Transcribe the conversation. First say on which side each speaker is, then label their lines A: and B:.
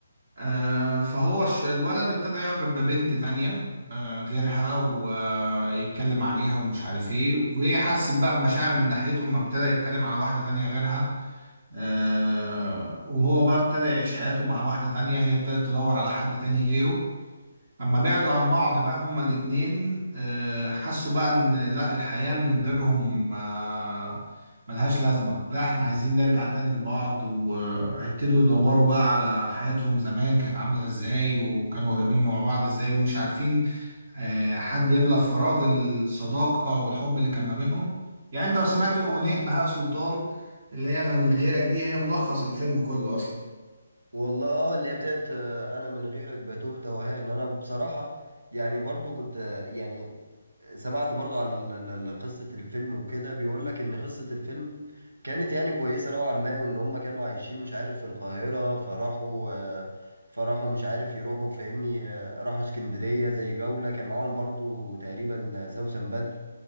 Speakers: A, on the right; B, on the right.
A: آه، فهو الش- الولد ابتدى يعجب ببنت تانية آه، غيرها ويتكلم عليها ومش عارف ايه وهي حست بقى بمشاعر من ناحيتهم ما ابتدى يتكلم على واحدة تانية غيرها آه، وهو بقى ابتدى يعيش حياته مع واحدة تانية هي ابتدت تدور على حد تاني غيره اما بعدوا عن بعض بقى هما الاتنين آه، حسوا بقى ان لا الحياة من غيرهم آه، ملهاش لازمة لا احنا عايزين نرجع تاني لبعض وهيبتدوا يدوروا بقى على حياتهم زمان كانت عاملة ازاي وكانوا قريبين مع بعض ازاي ومش عارفين آه، حد يملى فراغ الصداقة والحب اللي كان ما بينهم يعني انت لو سمعت اغنية بهاء سلطان اللي هي انا من غيرك دي هي ملخص الفيلم كله اصلا
B: والله اه اللي هي بتاعت آه، انا من غيرك بتوه توهان انا بصراحة يعني برضو كنت آه، يعني سمعت برضو على ال- ال- ال- قصة الفيلم وكده بيقول لك ان قصة الفيلم كانت يعني كويسة نوعا ما وان هم كانوا عايشين مش عارف في القاهرة فراحوا آه، فراحوا مش عارف يروحوا فاهمني آه، راحوا اسكندرية زي جولة كان معاهم برضو تقريبا سوسن بدر